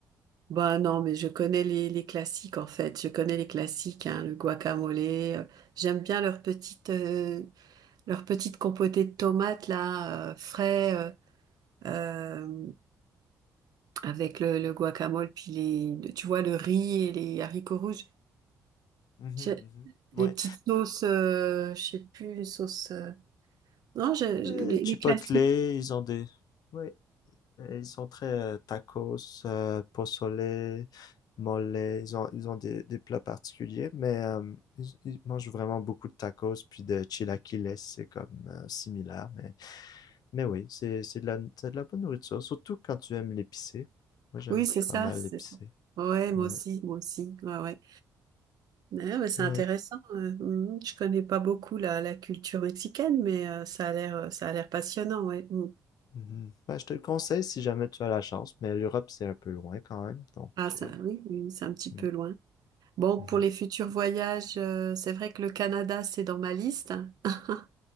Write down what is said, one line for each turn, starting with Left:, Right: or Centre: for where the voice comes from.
Right: Ben non, mais je connais les, les classiques en fait. Je connais les classiques, hein, le guacamole. euh, J'aime bien leurs petites euh, Leur petite compotée de tomates là, euh, frais, euh, euh, avec le, le guacamole, puis les, tu vois, le riz et les haricots rouges.
Left: Mhm,
Right: J'ai-
Left: mhm. Ouais.
Right: Les petites sauces, euh, je sais plus, les sauces... euh, Non, je- je-
Left: Euh,
Right: les,
Left: Chipotle,
Right: les classiques.
Left: ils ont des... Ouais. Et Ils sont très euh, tacos, euh, pozole, mole. Ils ont, ils ont des, des plats particuliers, mais euh, ils, ils mangent vraiment beaucoup de tacos, puis de chilaquiles, c'est comme euh, similaire. Mais, mais oui, c'est, c'est de la, c'est de la bonne nourriture, surtout quand tu aimes l'épicé. Moi, j'aime
Right: Oui, c'est ça,
Left: pas mal
Right: c'est
Left: l'épicé.
Right: ça. Ouais, moi
Left: Ouais.
Right: aussi, moi aussi. Ouais, ouais. Ouais, mais c'est
Left: Ouais.
Right: intéressant. euh, mhm. Je connais pas beaucoup la, la culture mexicaine, mais euh, ça a l'air, euh, ça a l'air passionnant, ouais. Mm.
Left: Mhm. Ben, je te le conseille si jamais tu as la chance, mais l'Europe, c'est un peu loin quand même. Donc,
Right: Ah, ça,
Left: euh,
Right: oui, oui, c'est un petit
Left: mm,
Right: peu loin. Bon,
Left: mhm.
Right: pour les futurs voyages, euh, c'est vrai que le Canada, c'est dans ma liste. <laughs>